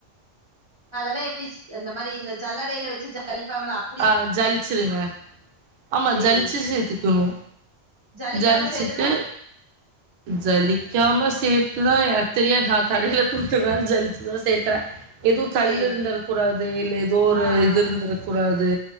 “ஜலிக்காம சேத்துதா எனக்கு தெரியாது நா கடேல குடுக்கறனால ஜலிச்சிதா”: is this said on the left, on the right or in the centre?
Right